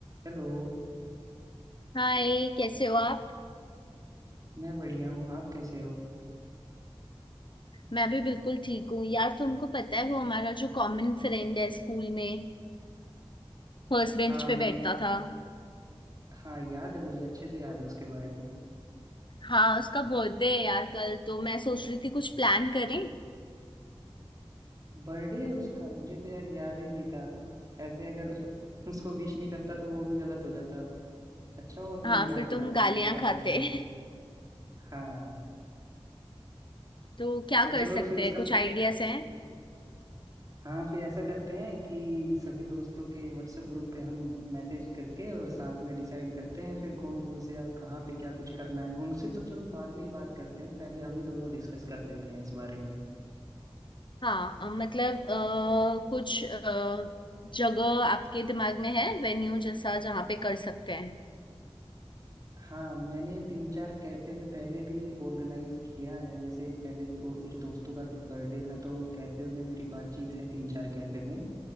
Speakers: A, on the right (about 35°); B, on the left (about 50°).
A: Hello
B: हाय कैसे हो आप
A: मैं बढ़िया हूँ आप कैसे हो
B: मैं भी बिल्कुल ठीक हूँ यार तुमको पता है वो हमारा जो कॉमन फ्रेंड है स्कूल में फर्स्ट बेंच
A: हाँ
B: पे
A: मैं
B: बैठता था
A: हाँ याद है मुझे अच्छे से याद है उसके बारे में
B: हाँ उसका बर्थडे है यार कल तो मैं सोच रही थी कुछ प्लान करें
A: बर्थडे उसका मुझे तो यार याद ही नहीं था ऐसे अगर <laughs> उसको विश नहीं करता तो वो भी गलत हो जाता अच्छा हुआ तुमने
B: हाँ
A: याद
B: फिर
A: दिला
B: तुम
A: दिया
B: गालियां
A: कि उसका
B: खाते
A: बर्थडे है
B: <laughs>
A: हाँ
B: तो क्या
A: तो
B: कर
A: चलो
B: सकते
A: फिर उसका
B: हैं कुछ आइडियाज हैं
A: हाँ फिर ऐसा करते हैं कि सभी दोस्तों के व्हाट्सएप ग्रुप पे हम मैसेज करके और साथ में डिसाइड करते हैं फिर कौन कौन से और कहाँ पे क्या कुछ करना है उनसे तो चलो बाद में ही बात करते हैं पहले हम ही दोनों डिस्कस कर लेते हैं इस बारे में
B: हाँ अ, मतलब अ, कुछ अ, जगह आपके दिमाग में है वेन्यू जैसा जहाँ पे कर सकते हैं
A: हाँ मैंने तीन चार कैफे में पहले भी ऑर्गेनाइज किया है जैसे पहले तो और कुछ दोस्तों का बर्थडे था तो कैफे में मेरी बातचीत है तीन चार कैफे में